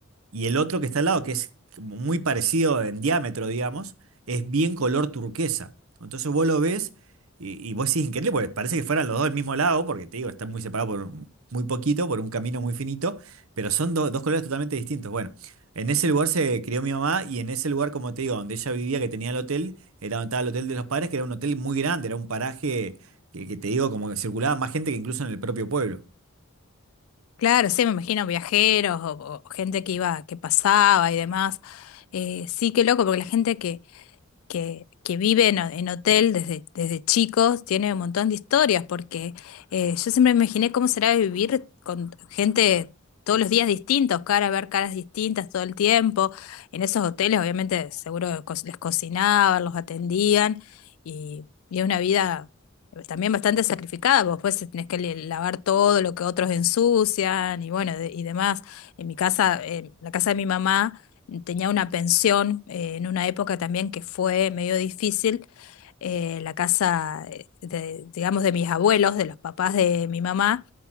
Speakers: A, on the right; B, on the left.
A: y el otro que está al lado, que es como muy parecido en diámetro, digamos, es bien color turquesa. Entonces vos lo ves y, y vos decís increíble, porque parece que fueran los dos del mismo lado, porque te digo, están muy separados por un- muy poquito, por un camino muy finito, pero son do- dos colores totalmente distintos. Bueno, en ese lugar se crió mi mamá y en ese lugar, como te digo, donde ella vivía, que tenía el hotel, era donde estaba el hotel de los padres, que era un hotel muy grande, era un paraje que, que te digo, como que circulaba más gente que incluso en el propio pueblo.
B: Claro, sí, me imagino viajeros o, o gente que iba, que pasaba y demás. Eh, sí, qué loco, porque la gente que, que, que vive en, en hotel desde, desde chicos tiene un montón de historias, porque eh, yo siempre me imaginé cómo será vivir con gente todos los días distintos, cara, ver caras distintas todo el tiempo. En esos hoteles, obviamente, seguro co- les cocinaban, los atendían, y, y es una vida también bastante sacrificada, porque después tenés que le- lavar todo lo que otros ensucian y bueno, de- y demás. En mi casa, en la casa de mi mamá, tenía una pensión eh, en una época también que fue medio difícil, eh, la casa, eh, de, digamos, de mis abuelos, de los papás de mi mamá,